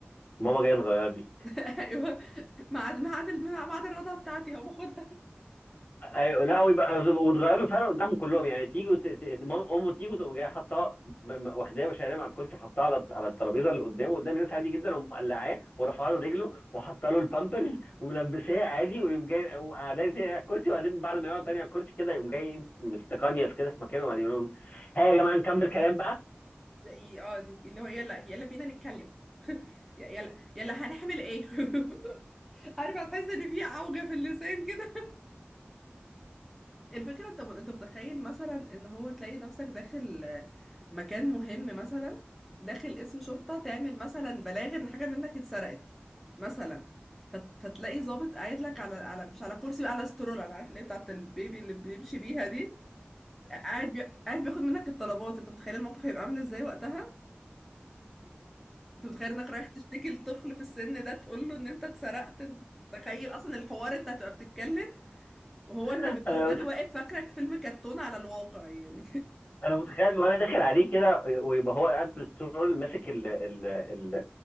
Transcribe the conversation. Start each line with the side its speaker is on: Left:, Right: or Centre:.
Left: ماما جايه تغير لي
Centre: <laughs> ايوه ميعاد ميعاد الم- ميعاد الرضا بتاعتي هقوم اخدها
Left: ايوه لا ويبقى وتغير له فعلا قدامهم كلهم يعني تيجي ت- ت- امه تيجي تقوم جايه حاطاه ب- م- واخداه وشايلاه من على الكرسي حاطاه على الت- على الترابيزه اللي قدامه قدام الناس عادي جدا ومقلعاه ورافعه له رجله وحاطه له البامبرز وملبساه عادي ويقوم جاي وقعداه تاني على الكرسي وبعدين بعد ما يقعد تاني على الكرسي كده يقوم جاي مستقنيس كده في مكانه وبعدين يقول لهم ها يا جماعه نكمل كلام بقى
Centre: تلاقيه <laughs> اه اللي هو يلا يلا بينا نتكلم <laughs> يلا يلا هنعمل ايه <laughs> عارفة تحس ان في عوجة في اللسان كده الفكرة انت انت متخيل مثلا ان هو تلاقي نفسك داخل آه، مكان مهم مثلا داخل اسم شرطة تعمل مثلا بلاغ ان حاجة منك اتسرقت مثلا فت- فتلاقي ضابط قاعد لك على على مش على كرسي بقى على استرولة انا عارف اللي هي بتاعت البيبي اللي بيمشي بيها دي قاعد بي... قاعد بياخد منك الطلبات انت متخيل الموقف هيبقى عامل ازاي وقتها انت متخيل انك رايح تشتكي لطفل في السن ده تقول له ان انت اتسرقت انت تخيل اصلا الحوار انت هتبقى بتتكلم وهو انت
Left: <laughs>
Centre: بالنسبة له واقف فاكرك فيلم كرتون على الواقع يعني
Left: انا متخيل وانا داخل عليه كده ويبقى هو قاعد بالترول ماسك ال ال ال